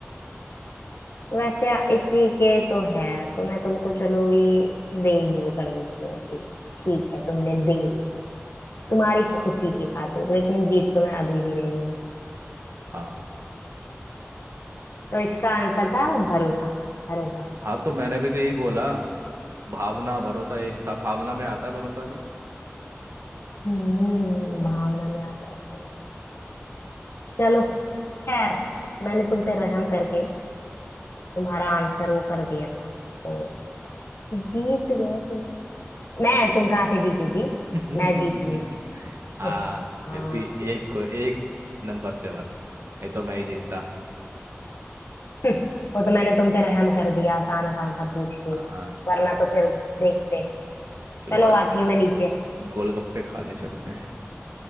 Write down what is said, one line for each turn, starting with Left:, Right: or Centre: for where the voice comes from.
Left: वैसे इसी के तो है तो मैं तुमको चलो ये दे ही वो कर देती हूँ कि ठीक है तुमने दे लिया तुम्हारी खुशी की खातिर लेकिन जीत तो मैं अभी भी रही हूँ
Right: हाँ
Left: तो इसका आंसर था भरोसा भरोसा
Right: हाँ तो मैंने भी तो यही बोला भावना भरोसा ये सब भावना में आता है भरोसा भी
Left: हम्म भावना में आता है बहुत चलो खैर मैंने तुम पे रहम करके तुम्हारा आंसर वो कर दिया था तो जीत गए तुम
Right: वो
Left: मैं तुम कहाँ से जीते जी
Right: <laughs>
Left: मैं जीती हूँ
Right: हाँ
Left: <laughs> हाँ
Right: फिर भी एक को एक नंबर से बस ये तो मैं ही जीतता
Left: <laughs> वो तो मैंने तुम पे रहम कर दिया आसान आसान सा पूछ के
Right: हाँ
Left: वरना
Right: कोई
Left: तो फिर देखते
Right: चलो
Left: चलो
Right: आज
Left: आती हूँ मैं नीचे
Right: गोलगप्पे खाने चलते हैं